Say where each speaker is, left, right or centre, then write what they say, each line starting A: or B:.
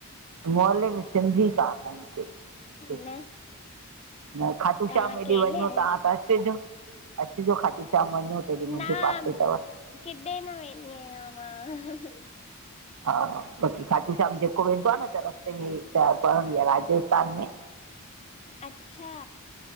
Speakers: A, on the right; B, on the left.
A: मोहल्ले में सिंधी कान आहिनि के। हिते
B: न।
A: न खाटुशाम
B: तव्हां अकेले
A: हेॾे वञो
B: आहियो
A: ता तं अचिजो, अचिजो खाटू श शाम वञो त हेॾे मुंहिंजे
B: न
A: पासे थव।
B: किॾे न वेंदी आया मां ह-ह।
A: हा बाक़ी खाटू श्याम जेको वेंदो आहे न त रस्ते में छा पवंदी आ राजस्थान में।
B: अच्छा,